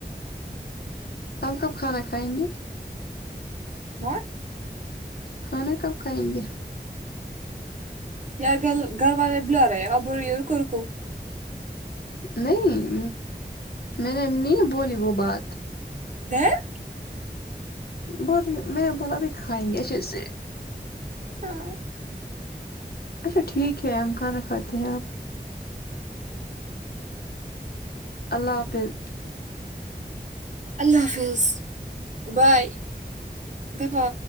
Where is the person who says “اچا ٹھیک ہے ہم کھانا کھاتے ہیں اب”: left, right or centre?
Left